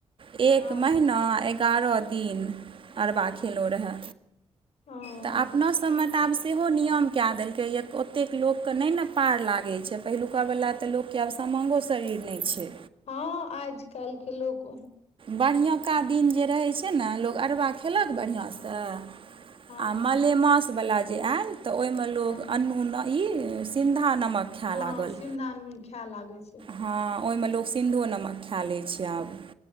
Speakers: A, on the right; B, on the left.
A: एक
B: हँ
A: महीना एगारह दिन अरवा खेलहुँ रहए।
B: हँ
A: तऽ अपोसँ बता आब। सेहो नियम कए देलकै ओतेक लोकके नहि ने पार लागै छै पहिलुका वला तऽ लोक। किियाब समामङ्गो शरीर नहि छै।।
B: हँ आज कल्हिके लोक।
A: बढ़िियँका दिन जे रहैत छै ने लोक अरवा खेलक बढ़िआँसँ।
B: हँ
A: आ मलेमास वला जे आयल तऽ ओहिमे ल
B: हँ
A: अ। ई सिन्धा नमक। खाए
B: हँ
A: लागल
B: सिन्दा नून खाय लागैत छै।।
A: हँ ओहिमे ल सिन्धो नमक खा लै छै आब।।